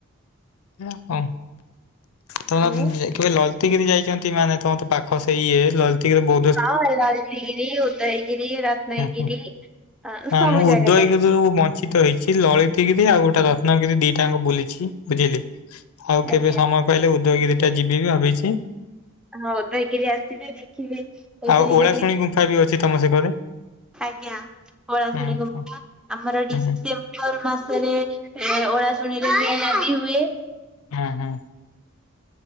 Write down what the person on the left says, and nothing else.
ଅ ହ ତମ
ଏ ଲଲତିଗିରି ଯାଇଛନ୍ତି ମାନେ ତମ ତ ପାଖ ସେଇଇଏ ଲଲତିଗିରିରେ ବହୁ
ହୁଁ ହୁଁ
ହଁ
ମୁଁ
ଉଦୟଗିରି
ରୁ ବଞ୍ଚିତ ହେଇଛି ଲଳି ତିିରି ଆଉ ଗୋଟେ ରତ୍ନଗିରି ଦିଟାଙ୍କୁ ବୁଲିଛି ବୁଝିଲି ଆଉ
କେବେ ସମୟ ପାଇଲେ ଉଦୟଗିରିିଟା ଯିବି ବି ଭାବିଛି।
ଆଉ ଓଳାଶୁଣୀ ଗୁମ୍ଫା ବି ଅଛି ତମ ସେକରେ।
ହୁଁ
ହୁଁ
ହୁଁ
ହଁ ହଁ